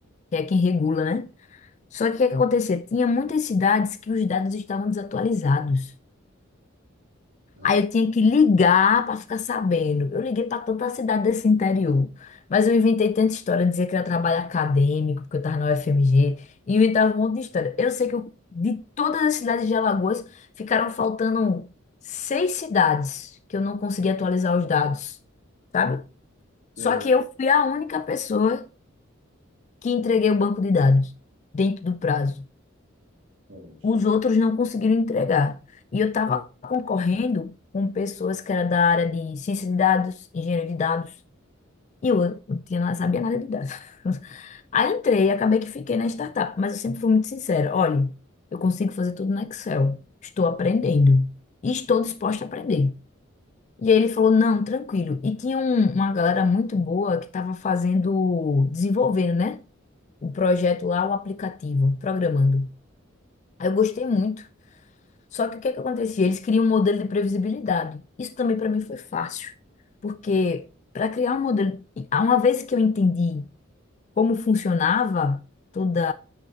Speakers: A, on the left; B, on the right.
A: que é quem regula, né? Só que o que acontecia? Tinha muitas cidades que os dados estavam desatualizados.
B: é,
A: Aí eu tinha que ligar para ficar sabendo. Eu liguei para tanta cidade desse interior. Mas eu inventei tanta história, dizia que era trabalho acadêmico, porque eu estava na UFMG, e inventava um monte de história. Eu sei que eu- de todas as cidades de Alagoas, ficaram faltando seis cidades que eu não consegui atualizar os dados, sabe? Só
B: tem,
A: que eu fui a única pessoa que entreguei o banco de dados dentro do prazo
B: poxa.
A: os outros não conseguiram entregar. E eu estava concorrendo com pessoas que eram da área de ciência de dados, engenharia de dados, e eu não tinha, nada- sabia nada de dados. <laughs> Aí entrei e acabei que fiquei na startup, mas eu sempre fui muito sincera. Olha, eu consigo fazer tudo no Excel, estou aprendendo e estou disposta a aprender. E aí ele falou, não, tranquilo. E tinha um- uma galera muito boa que estava fazendo, desenvolvendo, né? O projeto lá, o aplicativo, programando. Aí eu gostei muito. Só que o que é que acontecia? Eles criam um modelo de previsibilidade. Isso também para mim foi fácil, porque para criar um modelo, uma vez que eu entendi como funcionava toda